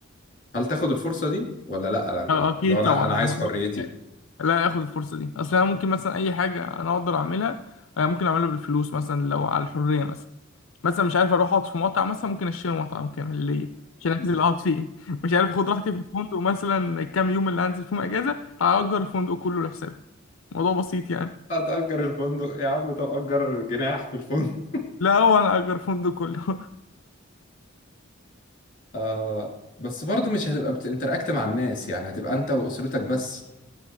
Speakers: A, on the left; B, on the left.
A: هل تاخد الفرصة دي ولا لا لا، لا،
B: اه آه، اكيد
A: لو انا
B: طبعا
A: انا عايز
B: أنا
A: حريتي
B: لا اخد الفرصه دي اصل انا ممكن مثلا اي حاجه انا اقدر اعملها آه، ممكن اعملها بالفلوس مثلا لو على الحريه مثلا مثلا مش عارف اروح اقعد في مطعم مثلا ممكن اشتري مطعم كامل ليا عشان انزل اقعد فيه <laughs> مش عارف اخد راحتي في الفندق مثلا الكام يوم اللي هنزل فيهم اجازه هاجر الفندق كله لحسابي الموضوع بسيط يعني
A: هتأجر الفندق يا عم طب أجر جناح في الفندق
B: لا هو انا اجر الفندق كله <laughs>
A: آه بس برضه مش هتبقى بتنتراكت مع الناس يعني هتبقى انت واسرتك بس